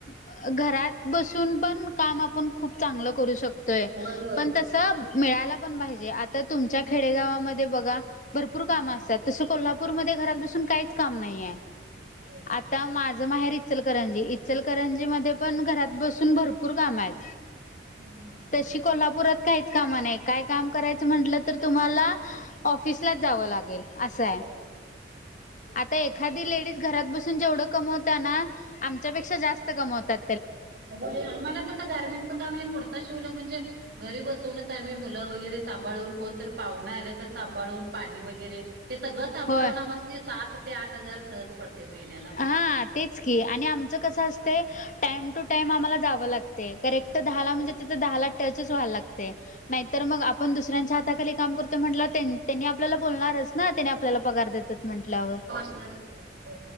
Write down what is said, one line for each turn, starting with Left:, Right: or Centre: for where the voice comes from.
Left: अ घरात बसून पण काम आपण खूप चांगलं करू शकतोय
Right: होय होय
Left: पण तस मिळायला पण पाहिजे आता तुमच्या खेडेगावामध्ये बघा भरपूर
Right: हम्म
Left: काम असतात. तसं कोल्हापूरमध्ये घरात बसून काहीच काम नाहीय.
Right: होय.
Left: आता माझ माझ माहेर इचलकरंजी इचलकरंजी मध्ये पण घरात बसून भरपूर काम आहेत.
Right: हम्म हम् हम्
Left: तशी कोल्हापुरात काहीच काम नाही काय काम करायचं म्हटलं तर तुम्हाला ऑफिसलाच जावं लागेल. असं आहे
Right: होय हं.
Left: आता एखादी लेडीज घरात बसून जेवढं कमवत त्यांना आमच्यापेक्षा जास्त कमवत्यात.
Right: आम्हालाच येत गार्मेंट हे कुडता शिवल म्हणजे घरी बसूनचय मुलं वगैरे सांभळून कोणतर पाहुना आलं तर सांभाळून पाणी वगैरे हे सगळं सांभाळून
Left: होय
Right: आम्हास सात ते आठ हजार सहज पडतय महिन्याला
Left: हा तेच की आणि आमचं कसं असतय टाइम टू टाइम आम्हाला जावं लागतय करेक्ट दहा
Right: होय.
Left: ला म्हणजे तिथं दहाला टचच व्हाय लागतंय
Right: अच्छा
Left: नाहीतर मग आप पण दुसऱ्यांच्या हाताखाली काम करतोय म्हंटल्याव त्यांनी आपल्याला बोलणारच. ना त्यानी आपल्याला पगार देतेत म्हंटल्यावर.
Right: <unintelligible> त्यांच्यावर